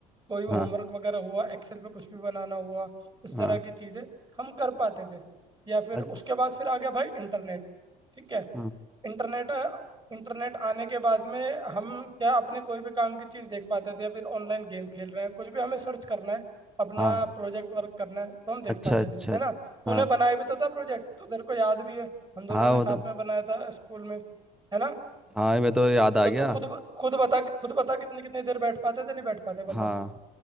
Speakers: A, on the right; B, in the centre.
A: कोई
B: हाँ
A: होमवर्क वगैरह हुआ एक्सेल पे कुछ भी बनाना हुआ इस
B: हाँ
A: तरह की चीज़ें हम कर पाते थे या फिर
B: अच्छा,
A: उसके बाद फिर आ गया भाई इंटरनेट ठीक है
B: हाँ
A: इंटरनेट इंटरनेट आने के बाद में हम क्या अपने कोई भी काम की चीज़ देख पाते थे या फिर ऑनलाइन गेम खेल रहे हैं कुछ भी हमें सर्च करना है अपना
B: हाँ,
A: प्रोजेक्ट वर्क करना है तो हम देख
B: अच्छा
A: पाते
B: अच्छा
A: थे है ना तूने
B: हाँ
A: बनाया भी तो था प्रोजेक्ट तो तेरे को याद भी है हम दोनों
B: हाँ
A: ने
B: वो
A: साथ
B: तो
A: में बनाया था स्कूल में है ना
B: हाँ मैं तो याद आ
A: तो
B: गया
A: तू खुद खुद बता खुद बता कितनी कितनी देर बैठ पाते थे नहीं बैठ पाते
B: हाँ
A: बता